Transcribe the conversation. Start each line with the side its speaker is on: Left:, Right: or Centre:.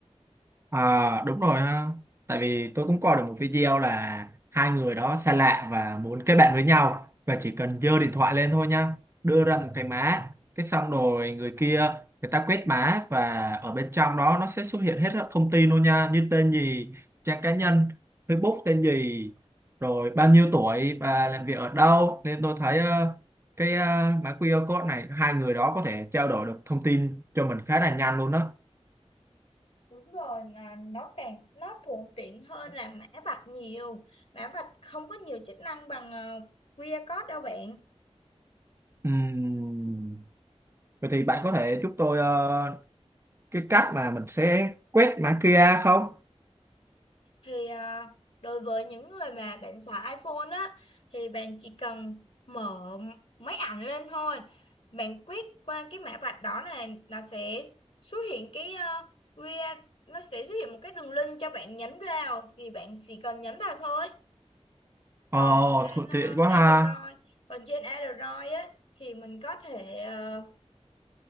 Right: À, đúng rồi ha. Tại vì tôi cũng coi được một video là hai người đó xa lạ và muốn kết bạn với nhau và chỉ cần giơ điện thoại lên thôi nha, đưa ra một cái mã, cái xong rồi người kia người ta quét mã và ở bên trong đó nó sẽ xuất hiện hết các thông tin luôn nha, như tên gì, trang cá nhân, Facebook tên gì, rồi bao nhiêu tuổi và làm việc ở đâu. Nên tôi thấy ờ, cái ờ, mã QR code này hai người đó có thể trao đổi được thông tin cho mình khá là nhanh luôn đó.
Left: Đúng rồi, là nó càng nó thuận tiện hơn là mã vạch nhiều. Mã vạch không có nhiều chức năng bằng ờ, QR code đâu bạn.
Right: Ừm, Vậy thì bạn có thể giúp tôi ờ, cái cách mà mình sẽ quét mã QR không?
Left: thì à, đối với những người mà bạn xài iPhone á thì bạn chỉ cần mở máy ảnh lên thôi bạn quét qua cái mã vạch đó là nó sẽ xuất hiện cái à, QR nó sẽ xuất hiện một cái đường link cho bạn nhấn vào thì bạn chỉ cần nhấn vào thôi
Right: Ồ,
Left: còn trên
Right: thuận
Left: ờ,
Right: tiện quá
Left: Android
Right: ha.
Left: còn trên Android á thì mình có thể ờ,